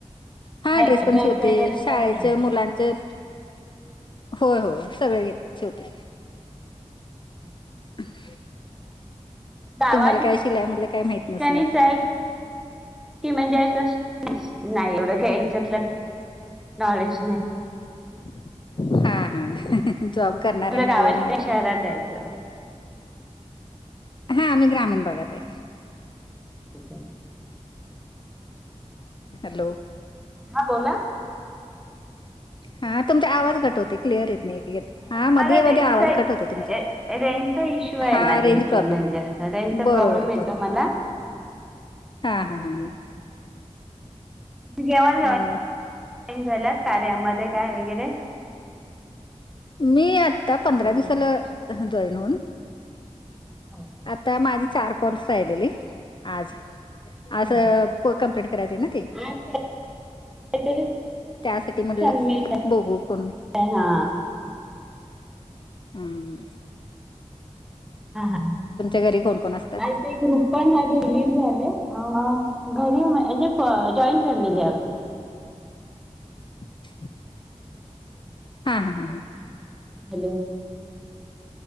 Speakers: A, in the centre; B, on the left.
A: नाही,
B: हा ड्रेस पण शिवते
A: वगैरे सर्व
B: शाळेचे
A: करता
B: मुलांचे. होय होय सगळे घे शिवते.
A: <unintelligible>
B: <unintelligible>
A: गावा
B: तुम्हाला
A: ठिका
B: काय शिलाय मधलं काय माहित नसणार
A: <inaudible> की म्हणजे असं नाही एवढं का ह्याच्यातलं, नॉलेज नाही.
B: <unintelligible> हा हा जॉब करणाऱ्यांना
A: तुला गावा
B: वेळ
A: ठिकाणी
B: मिळत
A: शहरात
B: नाही.
A: जायचं.
B: हा मी ग्रामीण बघा ताई.
A: हो का
B: हॅलो
A: हा बोला.
B: हा तुमचा आवाज कट होतंय क्लिअर येत, नाही एक हा
A: मला
B: मध्ये
A: रेंजचा
B: मध्ये आवाज कट होते तुमचं
A: रेंजचा इश्यू आहे
B: हा
A: माझ्या
B: रेंज
A: इथे
B: प्रॉब्लेम
A: म्हणजे. आता हितं
B: बरोबर
A: प्रॉब्लेम
B: आहे
A: येतो
B: बरोबर
A: मला.
B: हा हा हा
A: जेव्हा जेव्हा
B: आणि
A: <inaudible> झाल्यात कार्यामध्ये काय वगैरे?
B: मी आता पंधरा
A: हॅलो
B: दिवसाला
A: हो
B: जॉईन होऊन,
A: हो का
B: आता माझी चार कोर्स राहिलेली आज.
A: का
B: असं कंप्लीट करायचं आहे ना ते.
A: आज काहीतरी
B: त्यासाठी म्हटलं
A: सबमिट
B: बघू कोण
A: हा
B: हम्
A: हा हा
B: घरी कोण कोण असतात
A: बाई ते ग्रुप पण माझं रिलीट झालं घरी म्हणजे जॉईंट फॅमिली आहे.
B: <unintelligible> हां.
A: हॅलो